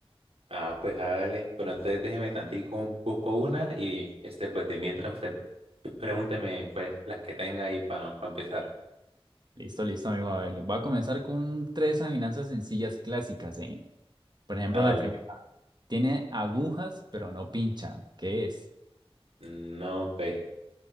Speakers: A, on the right (about 70°); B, on the right (about 45°).
A: Ah, pues hágale. Pero entonces déjeme tantico, busco una y este, pues de mientras usted pregúnteme, pues, las que tenga ahí para empezar.
B: Listo, listo, amigo. A ver, voy a comenzar con tres adivinanzas sencillas clásicas, ¿eh? Por ejemplo,
A: Hágale.
B: la primera. Tiene agujas, pero no pincha. ¿Qué es?
A: No, pues,